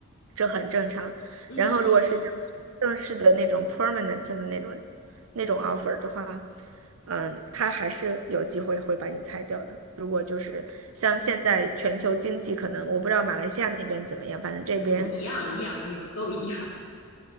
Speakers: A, on the right; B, on the left.
A: 这很正常。
B: 嗯嗯嗯，
A: 然后如果是正正式的那种 permanent 的那种那种 offer 的话，嗯，他还是有机会会把你裁掉的。如果就是像现在全球经济可能，我不知道马来西亚那边怎么样，反正这边。
B: 有一样一样一样都一样。